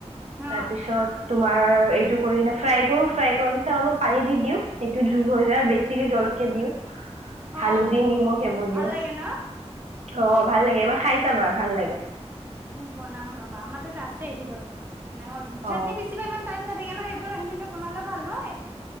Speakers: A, on the right; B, on the right.
A: তাৰপিছত
B: অ
A: তোমাৰ এইটো- কৰি কিনে ফ্ৰাই কৰো ফ্ৰাই কৰাৰ পিছত অলপ পানী দি দিও সেইটো জোল হৈ যায় আৰু বেছিকে জলকীয়া দিও।
B: অ
A: হালধি নিমখ সেইবোৰ
B: ভাল
A: দিওঁ।
B: লাগে ন
A: অ ভাল লাগে এইবাৰ খাই চাবা ভাল লাগে।
B: উম বনাম ৰবা আমাৰ তাত আছে সিডল
A: অ
B: চাটনি বেচিলো ইমান- টাইম নাথাকে ন সেইবোৰ সেনেকে বনালে ভাল নহয়।